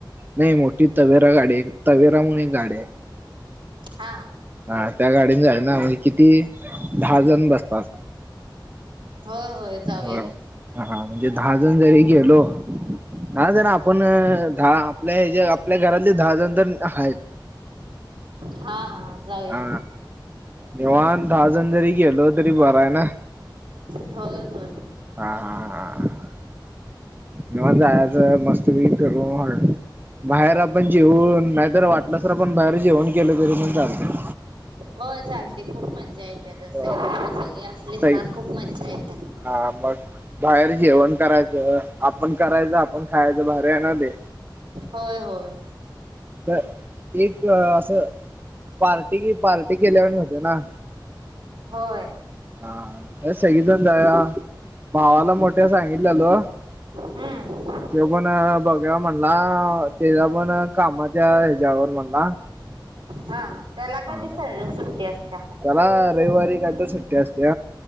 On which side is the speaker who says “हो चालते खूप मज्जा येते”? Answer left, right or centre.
Right